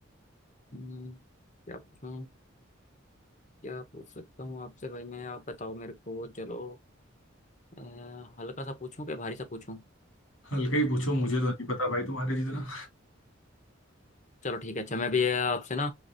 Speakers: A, on the left; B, on the left.
A: हम्म, क्या पूछूं क्या पूछ सकता हूँ आपसे भाई मैं आप बताओ मेरे को चलो अ, हल्का सा पूछूं क्या भारी सा पूछूं
B: हल्का ही पूछो मुझे तो नहीं पता भाई तुम्हारे जितना
A: चलो ठीक है अच्छा मैं भी आपसे ना